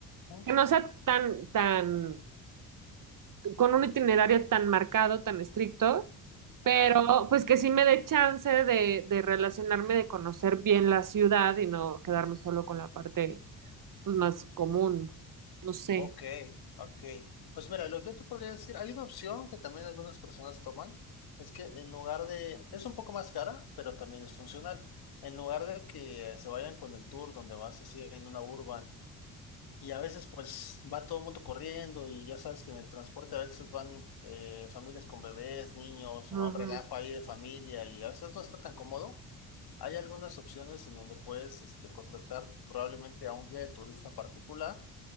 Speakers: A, on the left (about 60°); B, on the right (about 50°).
A: ¿no?
B: que no sea tan, tan con un itinerario tan marcado, tan estricto, pero
A: Ajá.
B: pues que sí me dé chance de, de relacionarme, de conocer bien la ciudad y no quedarme solo con la parte pues, más común, no sé.
A: Ok, ok. Pues mira, lo que yo te podría decir, hay una opción que también algunas personas toman, es que en lugar de, es un poco más cara, pero también es funcional. En lugar de que se vayan con el tour donde vas así en una urban y a veces pues va todo el mundo corriendo y ya sabes que en el transporte a veces van eh, familias con bebés, niños
B: Ujú.
A: o va un relajo ahí de familia y a veces no está tan cómodo. Hay algunas opciones en donde puedes este, contratar probablemente a un guía de turista particular